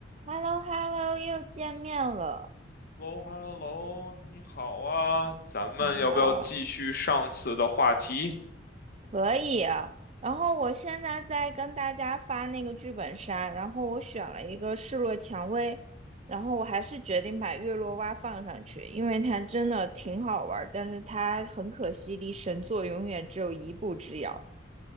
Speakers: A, on the right; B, on the left.
A: h e l l o h e l l o 又见面了。
B: Hello Hello，你好啊，咱们要不要继续上次的话题？
A: 你好，可以啊。然后我现在在跟大家发那个剧本杀，然后我选了一个示弱蔷薇，然后我还是决定把月落蛙放上去，因为它真的挺好玩儿，但是它很可惜离神作永远只有一步之遥。